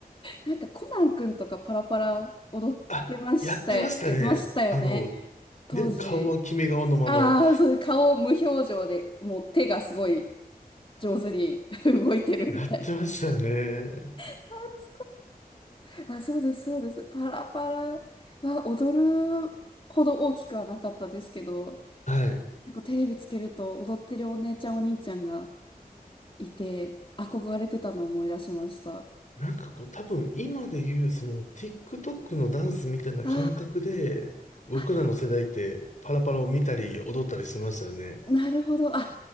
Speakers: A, on the left; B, on the left.
A: なんかコナンくんとかパラパラ踊ってましたよ、
B: あ、やってましたね。
A: いましたよね。
B: あの、
A: 当時。
B: でも顔は決め顔のまま。
A: ああ、そうです。顔無表情で、もう手がすごい上手に <laughs> 動いてるみたいな。
B: やってましたよね。
A: 懐かしい。あ、そうです、そうです。パラパラは踊るほど大きくはなかったですけど、
B: はい。
A: 結構テレビつけると踊ってるお姉ちゃんお兄ちゃんがいて、憧れてたのを思い出しました。
B: なんかこう、多分今で言う、その TikTok のダンスみたいな感覚で、
A: あ
B: 僕らの世代ってパラパラを見たり踊ったりしてましたよね。
A: ーあ、なるほど。あ、